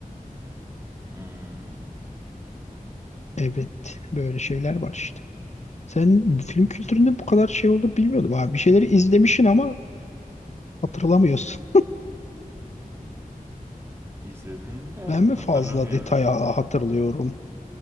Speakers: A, on the right (about 20°); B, on the left (about 50°).
A: Hmm.
B: Evet, böyle şeyler var işte. Sen film kültüründe bu kadar şey olur bilmiyordum abi. Bir şeyleri izlemişsin ama hatırlamıyorsun.
A: İzledim de evet,
B: Ben mi
A: hatırlamıyorum.
B: fazla detaya hatırlıyorum?